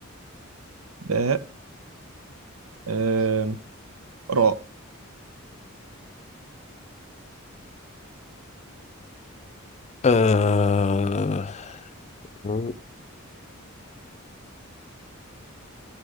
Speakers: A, on the right; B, on the left.
A: ب أم... راء
B: آه مم، انت